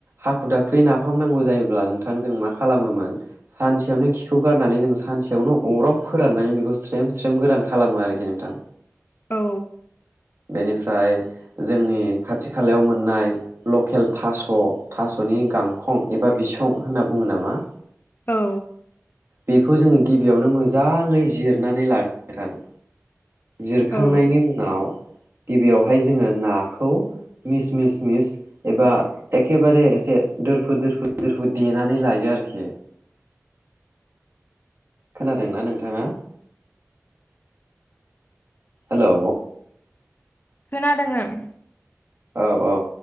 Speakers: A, on the right (about 55°); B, on the left (about 40°).
A: हाखु दाखुै नाफाम नांगौ जायोब्ला नोंथां जों मा खालामोमोन सानसेयावनो खिखौ गारनानै जों सानसेयावनो अराव फोराननानै बेखौ स्रेम स्रेम गोरान खालामो आरोखि नोंथां।
B: औ
A: बेनिफ्राय जोंनि खाथि खालायाव मोननाय लकेल थास' थास'नि गांखं एबा बिसं होनना बुङो नामा?
B: औ
A: बेखौ जोङो गिबियावनो मोजाङै जिरनानै ला नोंथां। जिरखांनायनि
B: औ
A: उनाव गिबियावहाय जोङो नाखौ मिस मिस मिस एबा एखेबारे एसे दोरफु दोरफु दोरफु देनानै लायो आरोखि। खोनादोंना नोंथाङा हेलौ?
B: खोनादों ओं
A: औ औ